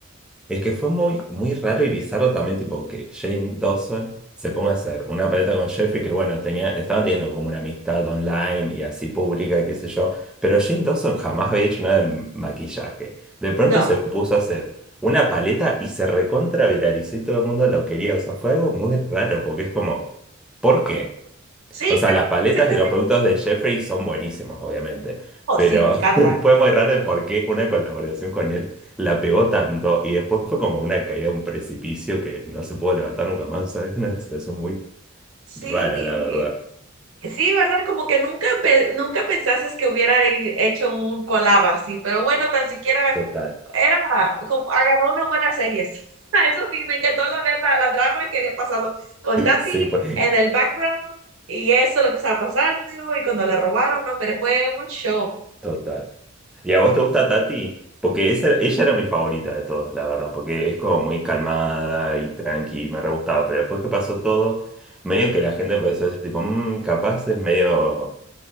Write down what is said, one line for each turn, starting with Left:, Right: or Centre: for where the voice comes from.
Centre: Es que fue muy, muy raro y bizarro también, tipo, que Jane Dawson se ponga a hacer una paleta con Jeffrey, que bueno, tenía, estaban teniendo como una amistad online y así pública, y qué sé yo, pero Jane Dawson jamás había hecho nada de maquillaje. De pronto
Right: No.
Centre: se puso a hacer una paleta y se recontra viralizó y todo el mundo lo quería. O sea, fue algo muy raro, porque es como, ¿por qué?
Right: Sí,
Centre: O sea, las paletas
Right: exactamente.
Centre: y los productos de Jeffrey son buenísimos, obviamente,
Right: Oh,
Centre: pero
Right: sí, me encanta.
Centre: <laughs> fue muy raro el por qué una colaboración con él la pegó tanto y después fue como una caída, un precipicio que no se pudo levantar nunca más. O sea, es una situación muy
Right: Sí,
Centre: rara, la verdad.
Right: sí, ¿verdad? Como que nunca, empe- nunca pensases que hubiera i- hecho un collab así, pero bueno, tan siquiera
Centre: Total.
Right: era como agarró una buena serie. <laughs> Eso sí, me encantó la, ver la, la drama que había pasado con Tati
Centre: Sí, fue
Right: en el background y eso, lo que estaba pasando y cuando le robaron, no, pero fue un show.
Centre: total. ¿Y a vos te gusta Tati? Porque esa, era- ella era mi favorita de todos, la verdad, porque es como muy calmada y tranqui, y me re gustaba, pero después que pasó todo, medio que la gente empezó a decir tipo, "Mm, capaz es medio...